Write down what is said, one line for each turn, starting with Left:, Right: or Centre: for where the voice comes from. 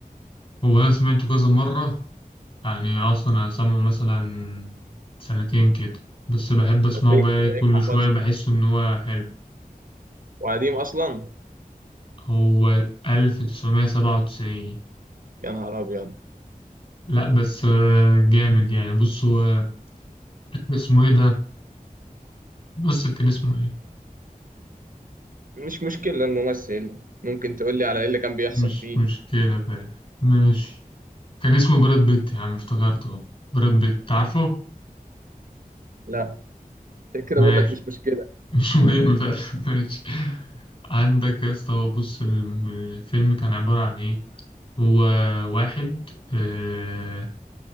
Left: هو أنا سمعته كذا مرة يعني أصلا أنا سامعه مثلا سنتين كده بس بحب أسمعه
Right: ده تلاقيك
Left: بقى
Right: تلاقيك
Left: إيه، كل
Right: حفظت
Left: شوية بحس إن هو حلو
Right: وقديم اصلا
Left: هو 1997
Right: يا نهار ابيض
Left: لا بس آه، جامد يعني بص هو <laughs> اسمه ايه ده الممثل كان اسمه ايه
Right: مش مشكله الممثل ممكن تقول لي على ايه اللي كان بيحصل
Left: مش
Right: فيه
Left: مشكلة بقى ماشي كان اسمه براد بيت يا عم افتكرت اه براد بيت عارفه
Right: لا عشان كده
Left: ماشي
Right: بقول لك مش
Left: <laughs>
Right: مشكله
Left: مش مهم بقى ماشي عندك يا اسطى هو بص الم- الفيلم كان عبارة عن ايه هو واحد آه،